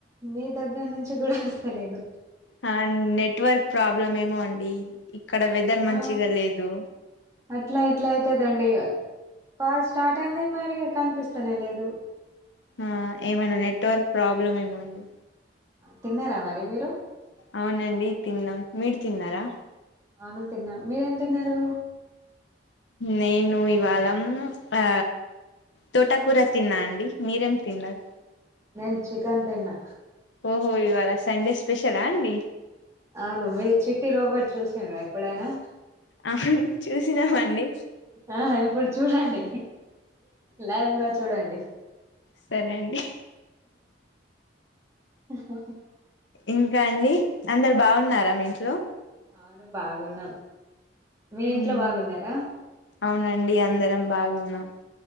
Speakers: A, on the right; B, on the left.
A: మీ దగ్గర నుంచి కూడా వస్తలేదు
B: ఆ నెట్ వర్క్ ప్రాబ్లం ఏమో అండి ఇక్కడ వెదర్ మంచిగా
A: ఆ
B: లేదు
A: అట్లా ఎట్లా అయితదండి కాల్ స్టార్ట్ అయింది మరి కనిపిస్తానే లేదు
B: ఆ ఏమైనా నెట్వర్క్ ప్రాబ్లం ఏమో అండి
A: తిన్నారా మరి మీరు
B: అవునండి తిన్నాం మీరు తిన్నారా
A: అవును తిన్నా మీరేం తిన్నారు
B: నేను ఇవాళ ఆ తోటకూర తిన్నా అండి మీరేం తిన్నారు
A: నేను చికెన్ తిన్నా
B: ఓ హో ఇవాళా సండే స్పెషల్ అండి
A: అవును మీరు చిట్టి రోబో చూసారా ఎప్పుడైనా
B: ఆహా చూసినాం మండి
A: ఆ ఇప్పుడు చూడండి లైవ్గా చూడండి
B: సరే అండి
A: హ హ
B: ఇంకా అండి అందరు బాగున్నారా మీ ఇంట్లో
A: అవును బాగున్నాం మీ
B: హ్మ్
A: ఇంట్లో బాగున్నారా
B: అవునండి అందరం బాగున్నాం